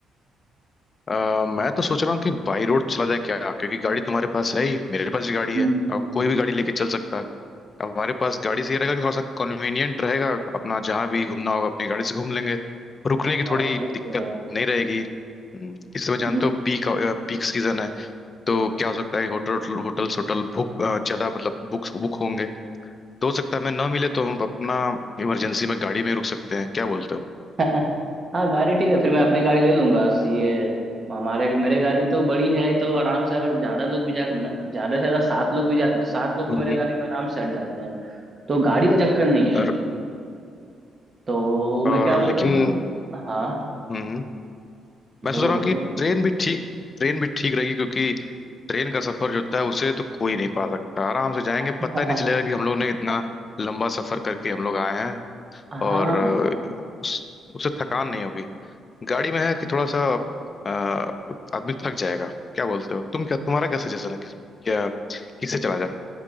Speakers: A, on the left; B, on the right.
A: अ, मैं तो सोच रहा हूँ कि बाई रोड चला जाए क्या क्योंकि गाड़ी तुम्हारे पास है ही मेरे पास भी गाड़ी
B: हम्म
A: है
B: हम्म,
A: अब कोई
B: हम्म।
A: भी गाड़ी लेके चल सकता है हमारे पास गाड़ी से ये रहेगा कि थोड़ा सा कन्वीनियंट रहेगा अपना जहाँ भी घूमना होगा अपनी गाड़ी से घूम लेंगे रुकने
B: हाँ
A: की थोड़ी
B: वो
A: दिक्कत
B: तो
A: नहीं रहेगी हम्म, इस समय जानते
B: है
A: हो पीक पीक सीजन है तो क्या हो सकता है होटल होटल्स होटल बुक ज्यादा मतलब बुक बुक होंगे तो हो सकता है हमें ना मिले तो हम अपना इमरजेंसी में गाड़ी में ही रुक सकते हैं क्या बोलते हो
B: <laughs> हाँ गाड़ी ठीक है फिर मैं अपनी गाड़ी ले लूंगा ये हमारे मेरे गाड़ी तो बड़ी है तो आराम से अगर ज्यादा लोग भी जा ज्यादा से ज्यादा सात लोग भी जाते हैं तो सात लोग तो
A: हम्म।
B: मेरे गाड़ी में आराम से हट जाते हैं तो गाड़ी का चक्कर नहीं है
A: और,
B: तो मैं
A: और
B: क्या बोल
A: लेकिन
B: रहा हूँ हाँ
A: हम्म मैं सोच
B: बोलो
A: रहा हूँ
B: बोलो
A: कि ट्रेन भी ठीक ट्रेन भी ठीक रहेगी क्योंकि ट्रेन का सफर जो होता है उसे तो कोई नहीं पा सकता आराम से जाएंगे
B: <laughs>
A: पता ही नहीं चलेगा कि हम लोग ने इतना लंबा सफर करके हम लोग आए हैं
B: हाँ
A: और अ, उस उससे थकान नहीं होगी गाड़ी में है कि थोड़ा सा अ, आदमी थक जाएगा क्या बोलते हो तुम क्या तुम्हारा क्या सजेशन है किस क्या किससे चला जाए